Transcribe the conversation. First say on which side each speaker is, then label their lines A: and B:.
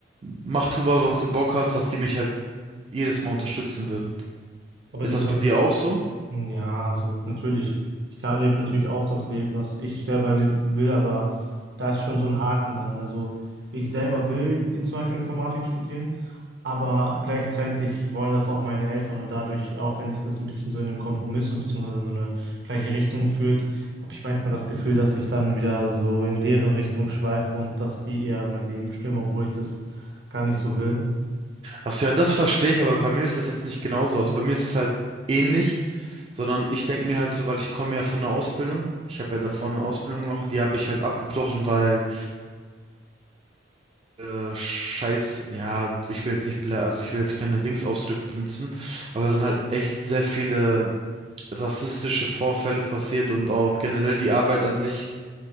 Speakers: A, on the right; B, on the right.
A: mach tu, worauf du Bock hast, dass die mich halt jedes Mal unterstützen würden.
B: Aber
A: Ist
B: den
A: das bei dir auch so?
B: Hm, Ja, also natürlich. Ich kann- lebe natürlich auch das Leben, was ich selber le- will, aber da ist schon so ein Haken dran. Also ich selber will in, zum Beispiel Informatik studieren, aber gleichzeitig wollen das auch meine Eltern und dadurch, auch wenn sich das ein bisschen so in einem Kompromiss und beziehungsweise so eine gleiche Richtung führt, habe ich manchmal das Gefühl, dass ich dann wieder so in deren Richtung schweife und dass die eher mein Leben bestimmen, obwohl ich das gar nicht so will.
A: Ach so, ja, das verstehe ich, aber bei mir ist das jetzt nicht genauso. Also bei mir ist es halt ähnlich, sondern ich denke mir halt so, weil ich komme ja von einer Ausbildung. Ich habe ja davor eine Ausbildung gemacht und die habe ich halt abgebrochen, weil äh, Scheiß, ja, ich will jetzt nicht, blä- also ich will jetzt keine Dingsausdrücke benutzen, aber da sind halt echt sehr viele rassistische Vorfälle passiert und auch generell die Arbeit an sich